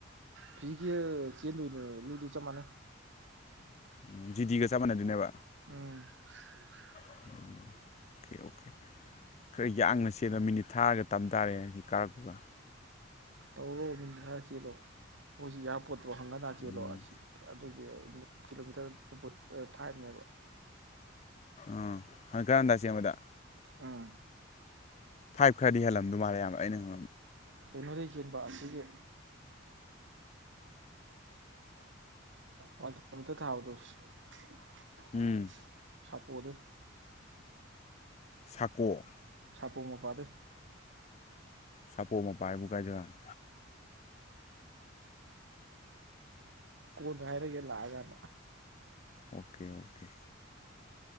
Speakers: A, on the right; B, on the left.
A: ꯐꯤ ꯀ <inaudible> ꯆꯦꯟꯣꯏꯏꯅꯤꯗꯨ ꯆ ꯃꯅꯦ
B: ꯎꯝ ꯖꯤꯗꯤꯒ ꯆꯞ ꯃꯥꯟꯅꯗꯣꯢꯅꯦꯕ
A: ꯎꯝ ꯎ <inaudible>
B: ꯑꯣꯀꯦ ꯑꯣꯀꯦ ꯑꯣ ꯈꯔ ꯌꯥꯡꯅ ꯆꯦꯟꯂꯝꯅ ꯃꯤꯅꯤꯠ ꯊꯥꯔꯒ ꯇꯝ ꯇꯥꯔꯦ ꯍꯥꯏꯗꯤ ꯀꯥꯔꯛꯅ
A: ꯇꯧꯔꯣ ꯃꯤꯅꯠ ꯈꯔ ꯆꯦꯜꯂꯣ ꯃꯣꯏꯁꯤ ꯏꯌꯥꯔꯄꯣꯔꯠꯇꯣ ꯍꯥꯡꯒꯠ ꯍꯥꯟꯗ ꯆꯦꯜꯂꯣ
B: ꯎꯝ
A: ꯑꯗꯨꯗꯤ ꯀꯤꯂꯣꯃꯤꯇꯔ ꯇ ꯐꯥꯏꯕꯅꯦꯕ
B: ꯑꯥꯝ ꯍꯥꯟꯒꯠ ꯍꯥꯟꯗ ꯆꯦꯜꯕꯗ
A: ꯎꯝ
B: ꯐꯥꯏꯚ ꯈꯔꯗꯤ ꯍꯦꯜꯂꯝꯗꯧ ꯃꯥꯜꯂꯦ ꯢꯌꯥꯝꯕ ꯑꯩꯅ ꯈꯟꯕꯗ
A: ꯀꯩꯅꯣꯗꯒꯤ ꯆꯦꯟꯕ ꯑꯁꯤꯒꯤ ꯋꯥꯃꯤꯠꯇ ꯊꯕꯗꯁ <inaudible>
B: ꯎꯝ
A: ꯁꯞꯄ ꯑꯣꯗ <inaudible>
B: ꯆꯀꯣ <inaudible>
A: ꯁꯞꯄꯣ ꯃꯄꯥꯗꯩ
B: ꯁꯥꯄꯣ ꯃꯄꯥ ꯍꯥꯏꯕꯨ ꯒꯥꯏꯖꯒꯥꯅꯣ
A: ꯀꯣꯟꯅ ꯍꯥꯏꯔꯒꯦ ꯂꯥꯛꯑꯒꯥꯟꯗ
B: ꯑꯣꯀꯦ ꯑꯣꯀꯦ